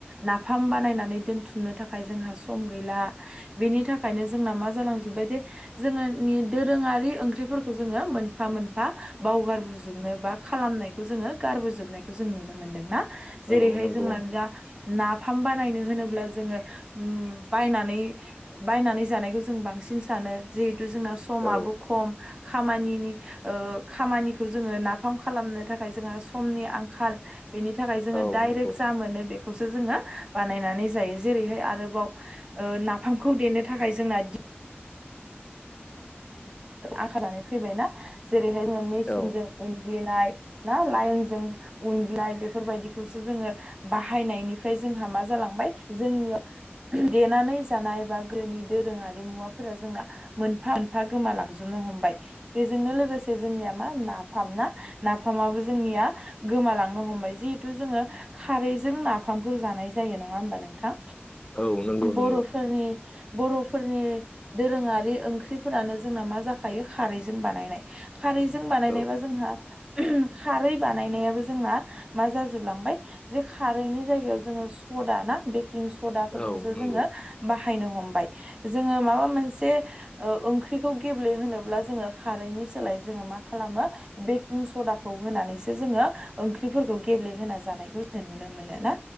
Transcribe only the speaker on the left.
औ नंगौ
औ
औ
नंगौ
औ
औ नंगौ
नंगौ
औ
औ नंगौ